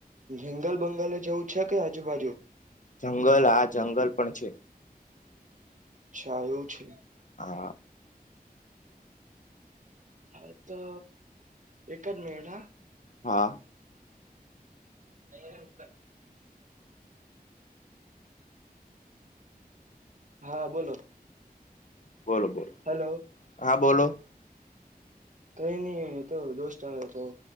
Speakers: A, on the right; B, on the left.
A: જંગલ-બંગલએ જાવુ છે કે આજુબાજુ?
B: જંગલ હા જંગલ પણ છે.
A: અચ્છા એવું છે.
B: હા.
A: હા, તો એક જ મિનિટ હાં.
B: હા.
A: અહીં ઉપર હા, બોલો.
B: બોલો, બોલો,
A: હલો
B: હા. બોલો.
A: કંઈ નઈ તો દોસ્ત આવ્યો હતો.